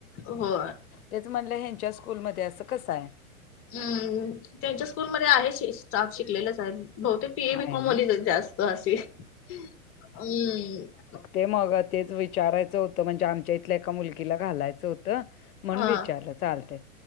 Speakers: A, on the left; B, on the left.
A: हो
B: तेचं म्हणलं ह्यांच्या स्कूंलमंध्ये असं कसं आहे
A: हम्मं त्यांच्या स्कूंलमंध्ये आहे शिकलेलंच आहे बहुतेक ते बीए बीकॉम
B: आहे ना.
A: वांलेचं जास्तं असे हम्मं
B: ते मंग तेचं विचारायचं होतं म्हणजे आमच्यां इथल्यां एकां मुलगीलां घालायचं होतं मणं
A: हा
B: विचारलं चालते